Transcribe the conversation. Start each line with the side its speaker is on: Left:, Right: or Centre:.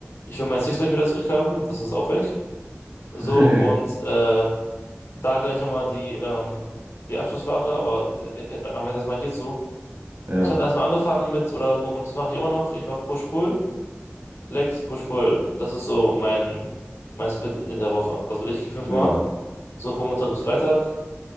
Left: ich will mein Sixpack wieder zurückhaben, das ist auch weg.
Right: <laughs>
Left: So, und äh, da gleich nochmal die, ähm, die Abschlussfrage, aber äh, äh, haben wir jetzt erstmal hierzu.
Right: Ja,
Left: Ich habe erstmal angefangen mit, oder und das mache ich immer noch, ich mache Push-Pull, Legs, Push-Pull. Das ist so mein, mein Split in der Woche. Also ich gehe fünfmal,
Right: ja,
Left: so von Montag bis Freitag.